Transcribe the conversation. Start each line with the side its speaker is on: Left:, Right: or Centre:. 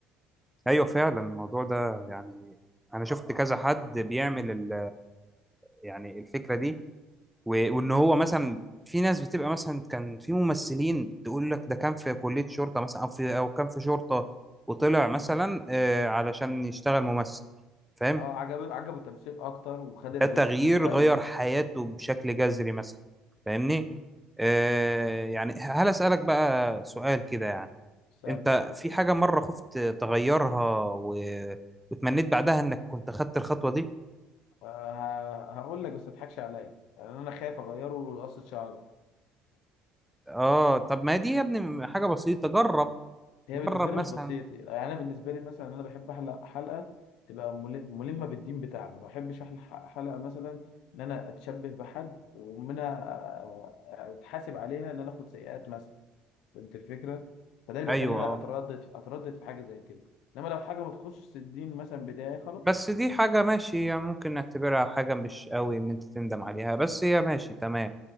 Centre: ايوه فعلا الموضوع ده يعني انا شفت كذا حد بيعمل ال... يعني الفكرة دي و... وان هو مثلا في ناس بتبقى مثلا كان في ممثلين تقول لك ده كان في كلية شرطة مثلا او في او كان في شرطة وطلع مثلا
Left: مم.
Centre: آه، علشان يشتغل ممثل فاهم
Left: اه عجبه عجبه التمثيل اكتر وخد الريسك
Centre: ده تغيير
Left: وكمل
Centre: غير حياته بشكل جذري مثلا فاهمني
Left: مم.
Centre: آه يعني هل أسألك بقى سؤال كده يعني
Left: استنى
Centre: انت في حاجة مرة خفت تغيرها و... وتمنيت بعدها انك كنت خدت الخطوة دي
Left: آه، ه- هقول لك بس ما تضحكش عليا يعني انا خايف اغيره لقصة شعري
Centre: اه طب ما دي يا ابني حاجة بسيطة جرب
Left: هي
Centre: جرب
Left: بالنسبه
Centre: مثلا
Left: لي مش بسيط يعني انا بالنسبه لي مثلا انا بحب احلق حلقه تبقى مل- ملمه بالدين بتاعنا ما بحبش احلق ح- حلقه مثلا ان انا اتشبه بحد ومنها أ- أ- اتحاسب عليها ان انا اخد سيئات مثلا فهمت الفكره فده اللي
Centre: ايوه
Left: بيخليني
Centre: اه
Left: اتردد اتردد في حاجه زي كده انما لو حاجه ما تخشش الدين مثلا بتاعي خلاص
Centre: بس دي حاجة ماشي يعني ممكن نعتبرها حاجة مش قوي ان انت تندم عليها بس هي ماشي تمام